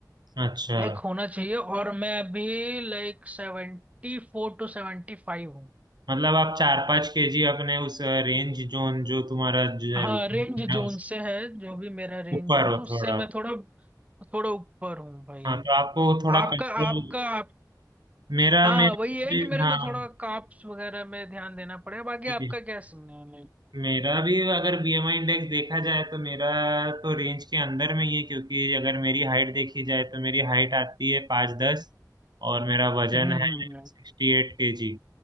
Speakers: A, on the right; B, on the right.
A: हाँ। अच्छा
B: like होना चाहिए और मैं अभी like seventy four to seventy five हूँ
A: मतलब आप चार पाँच केजी अपने उस रेंज जोन जो तुम्हारा जो है
B: हाँ रेंज जोन
A: उस
B: से है जो भी मेरा रेंज
A: ऊपर
B: जोन
A: हो
B: है उससे
A: थोड़ा
B: मैं थोड़ा थोड़ा ऊपर हूँ भाई
A: हाँ तो आपको थोड़ा
B: आपका
A: कंट्रोल
B: आपका आप
A: मेरा
B: हाँ
A: मेरा
B: हाँ वही है
A: भी
B: कि मेरे
A: हाँ
B: को थोड़ा काप्स वगैरह में ध्यान देना पड़ेगा बाकी
A: जी
B: आपका क्या सीन है लाइक
A: मेरा भी अगर बीएमआई इंडेक्स देखा जाए तो मेरा तो रेंज के अंदर में ही है क्योंकि अगर मेरी हाइट देखी जाए तो मेरी हाइट आती है पाँच दस और मेरा वजन
B: हम्म
A: है
B: हम्म हम्म।
A: सिक्सटी एट के जी